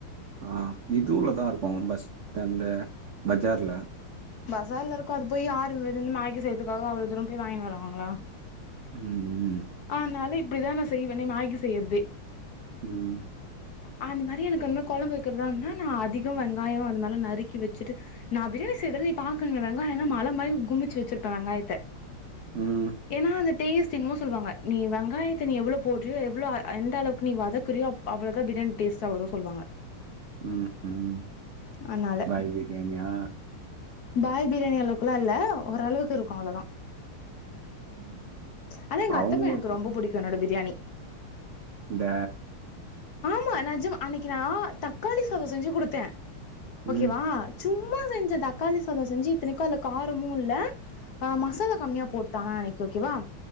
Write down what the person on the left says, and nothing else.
பஸார்ல இருக்கு அதுக்கு போய் யாரு வெறு மேகி செய்றதுக்காக அவ்வளோ தூர போய் வாங்கினு வருவாங்ளா
ஆனாலே இப்டிதா நா செய்வெனே மேகி செய்றதே
அந்த மாரி எனக்கு வந்த கொழம்பு வைக்றதா இருந்தா நா அதிகோ வெங்காயோ அந்த மாற்லா நறுக்கி வச்சிட்டு நா பிரியாணி செய்ரதலா நீ பாக்கணுமே வெங்காயல்லா மல மாரி குமிச்சி வச்ருப்பே வெங்காயத்த
ஏனா அந்த டேஸ்ட்டு இன்னு சொல்வாங்க நீ வெங்காயத்த நீ எவ்ளோ போட்றியோ எவ்ளோ அ எந்த அளவுக்கு நீ வதக்குறியோ அப் அவ்ளோ தா பிரியாணி டேஸ்டா வரு சொல்வாங்க
அதனால
பாய் பிரியாணி அளவுக்குல்லா இல்ல ஓரளவுக்கு இருக்கு அவ்ளோதா
ஆனா எங்க
அத்த பையனுக்கு
ரொம்ப புடிக்கு என்னோட பிரியாணி
ஆமா நெஜம அன்னைக்கு நா தக்காளி சாதோ செஞ்சு குடுத்தே ஓகேவா
சும்மா செஞ்ச தக்காளி சாதோ செஞ்சு இத்தனைக்கு அதுல காரமு இல்ல அ மசாலா கம்மியா போட் ட அனைக் ஓகேவா